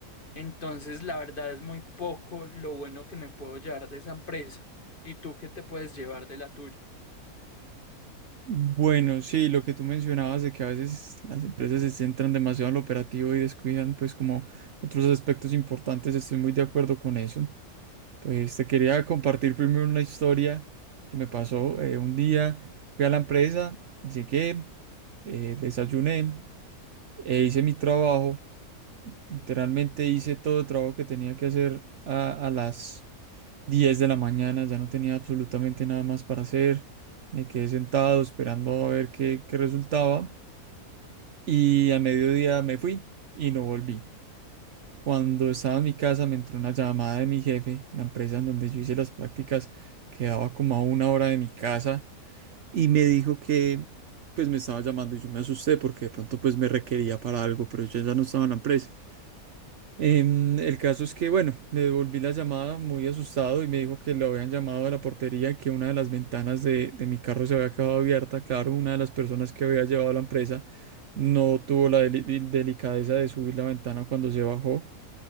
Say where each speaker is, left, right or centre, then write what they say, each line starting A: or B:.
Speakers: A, on the left (about 35°); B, on the right (about 60°).
A: Entonces la verdad es muy poco lo bueno que me puedo llevar de esa empresa. ¿Y tú qué te puedes llevar de la tuya?
B: Bueno, sí, lo que tú mencionabas de que a veces las empresas se centran demasiado en lo operativo y descuidan pues como otros aspectos importantes, estoy muy de acuerdo con eso. Pues te quería compartir primero una historia que me pasó eh, un día, fui a la empresa, llegué, eh, desayuné e hice mi trabajo Literalmente hice todo el trabajo que tenía que hacer a, a las 10 de la mañana, ya no tenía absolutamente nada más para hacer. Me quedé sentado esperando a ver qué, qué resultaba y a mediodía me fui y no volví. Cuando estaba en mi casa me entró una llamada de mi jefe, la empresa en donde yo hice las prácticas quedaba como a una hora de mi casa y me dijo que pues me estaba llamando y yo me asusté porque de pronto pues me requería para algo, pero yo ya no estaba en la empresa. Em, el caso es que, bueno, le devolví la llamada muy asustado y me dijo que lo habían llamado a la portería y que una de las ventanas de, de mi carro se había quedado abierta. Claro, una de las personas que había llevado a la empresa no tuvo la deli- del- delicadeza de subir la ventana cuando se bajó.